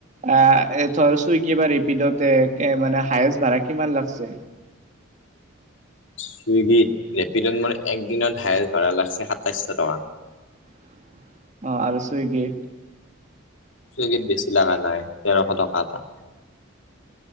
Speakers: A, on the right; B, on the left.
A: আ এতিয়া ধৰ চুইগি বা ৰিপিডতে, এ মানে হায়েষ্ট ভাড়া কিমান লাগছে?
B: চুইগিত, ৰেপিডত মোৰ একদিনত হায়েষ্ট ভাড়া লাগিছে সাতাইছশ টকা।
A: <inaudible> অ আৰু ছোইগি
B: চুইগিত দিছিলা মানে তেৰশ টকা এটা।